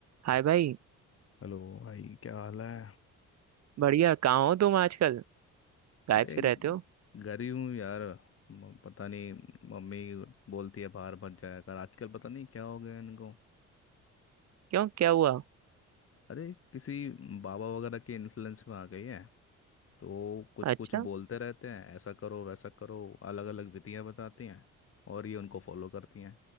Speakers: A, on the right (about 60°); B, on the left (about 50°).
A: हाय भाई
B: Hello भाई क्या हाल है
A: बढ़िया कहाँ हो तुम आजकल गायब
B: अरे
A: से रहते हो
B: घर ही हूँ यार म- पता नहीं मम्मी बोलती है बाहर मत जाया कर आजकल पता नहीं क्या हो गया इनको
A: क्यों क्या हुआ
B: अरे किसी बाबा वगैरह के इन्फ्लुएंस में आ गई है तो कुछ
A: अच्छा
B: कुछ बोलते रहते हैं ऐसा करो वैसा करो अलग अलग विधियां बताती हैं और ये उनको फॉलो करती हैं